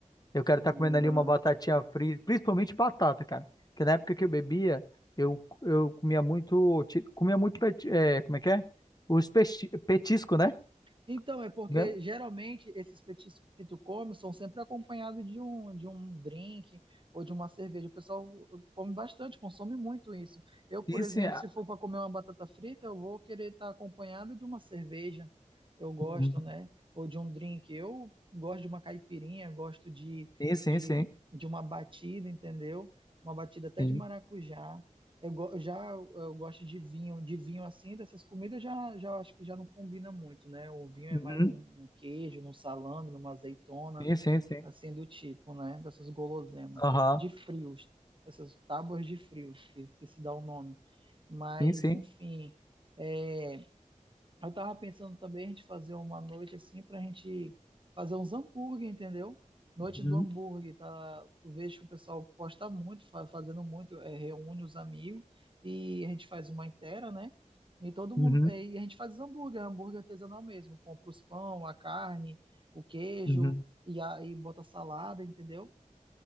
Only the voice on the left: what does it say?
Eu quero
estar comendo ali uma
batatinha frita, principalmente batata, cara. Porque na época que eu bebia, eu, eu comia muito, ti- comia muito, peti- é, como é que é? Os pesti- petisco, né?
Comia-
Sim,
sim. ah,
uhum,
Sim, sim,
sim.
Sim,
uhum,
sim, sim. sim.
Aham,
sim, sim.
Uhum,
uhum,
uhum.